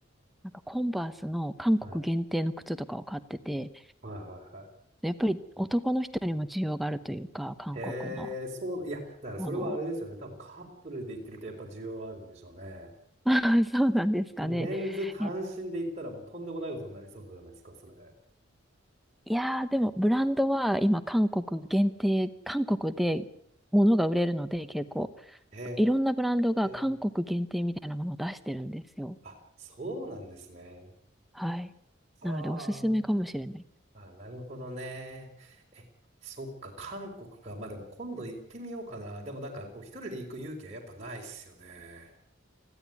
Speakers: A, in the centre; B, on the right.
A: なんかコンバースの韓国限定の靴とかを買ってて、
B: はいはいはい。
A: やっぱり男の人にも需要があるというか、韓国の
B: へえ、そう、いや、だからそれはあれですよね。
A: ものは。
B: 多分カップルで行ってるとやっぱ需要はあるんでしょうね。
A: <laughs> そうなんですかね。
B: もうメンズ単身で行ったらもうとんでもないことになりそうじゃないですか、
A: え、
B: それ。
A: いやー、でもブランドは今韓国限定、韓国で物が売れるので結構、
B: へ
A: いろんなブランドが韓国限定みたいなものを出してるんですよ。
B: え。あ、そうなんですね。
A: はい。
B: ああ。
A: なのでおすすめかもしれない。
B: あ、なるほどね。え、そっか、韓国か。まあでも今度行ってみようかな。でもなんかこう一人で行く勇気はやっぱないっすよね。